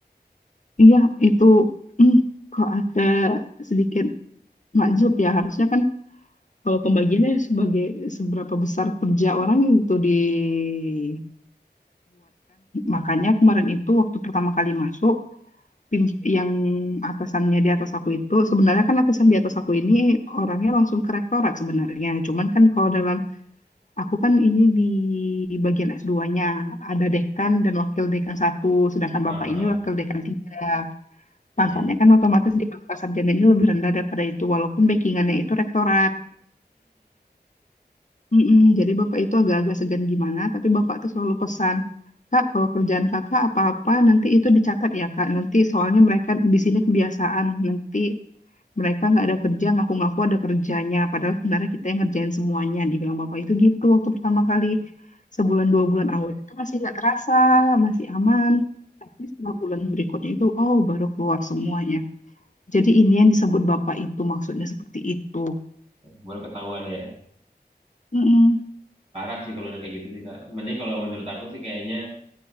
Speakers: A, on the left; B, on the right.
A: iya itu mm, kok ada sedikit makjub ya. Harusnya kan kalau pembagiannya sebagai seberapa besar kerja orang itu dibuatkan. Makanya kemarin itu waktu pertama kali masuk, tim yang atasannya di atas aku itu sebenarnya kan atasan di atas aku ini orangnya langsung ke rektorat sebenarnya. Cuman kan kalau dalam aku kan ini di bagian s dua nya ada dekan dan wakil dekan satu, sedangkan
B: Ah,
A: bapak ini wakil dekan tiga.
B: mm
A: Pangkatnya kan otomatis di pangkat sarjana ini lebih rendah daripada itu walaupun backingannya itu rektorat. Mm-mm, jadi bapak itu agak-agak segan gimana, tapi bapak tuh selalu pesan, Kak, kalau kerjaan kakak apa-apa nanti itu dicatat ya Kak. Nanti soalnya mereka di sini kebiasaan, nanti mereka nggak ada kerja, ngaku-ngaku ada kerjanya. Padahal sebenarnya kita yang ngerjain semuanya, dibilang bapak itu gitu waktu pertama kali sebulan dua bulan awal itu masih nggak terasa, masih aman. Tapi setelah bulan berikutnya itu, oh baru keluar semuanya. Jadi ini yang disebut bapak itu maksudnya seperti itu.
B: Baru ketahuan ya.
A: Mm-mm.
B: Parah sih kalau udah kayak gitu sih Kak. Mending kalau menurut aku sih kayaknya